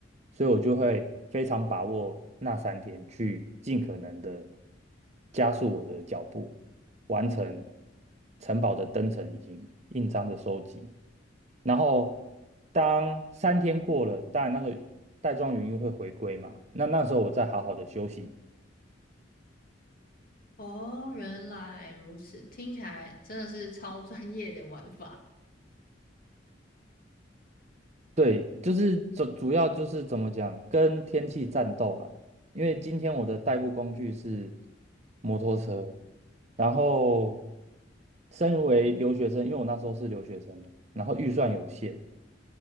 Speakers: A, on the right; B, on the left.
A: 所以我就会非常把握那三天，去尽可能的加速我的脚步，完成城堡的登城以及印章的收集。然后当三天过了，当然那个带状元又会回归嘛。那那时候我再好好的休息。
B: 哦，原来如此，听起来真的是超专业的玩法。
A: 对，就是主主要就是怎么讲，跟天气战斗啦。因为今天我的代步工具是摩托车，然后身为留学生，因为我那时候是留学生嘛，然后预算有限，